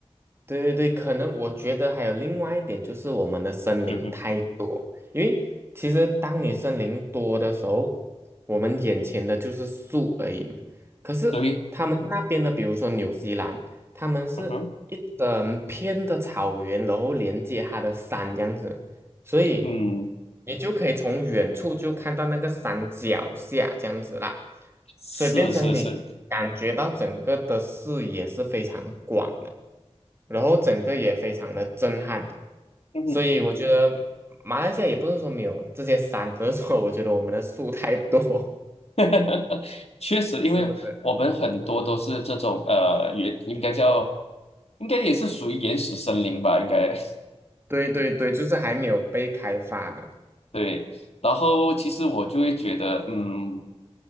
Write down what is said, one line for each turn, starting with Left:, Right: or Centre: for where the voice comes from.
Right: 对对对，可能我觉得还有另外一点就是我们的森林太多，
Left: 嗯哼，
Right: 因为其实当你森林多的时候，我们眼前的就是树而已嘛。可是他们嗯那边的，
Left: 对，
Right: 比如说纽西兰，他们是一整片的草原，
Left: 嗯哼。
Right: 然后连接它的山这样子。所以
Left: 嗯，
Right: 你就可以从远处就看到那个山脚下这样子啦，
Left: 是是是，
Right: 所以变成你感觉到整个的视野是非常广的，然后整个也非常的震撼，
Left: 嗯，
Right: 所以我觉得马来西亚也不是说没有这些山，只是说我觉得我们的树太多，
Left: <laughs> 确实，
Right: <laughs>
Left: 因为我们很多都是这种呃原，
Right: 是不是？
Left: 应该叫，应该也是属于原始森林吧，应该
Right: 对对对，就是还没有被开发的，
Left: <laughs> 对。然后其实我就会觉得，嗯。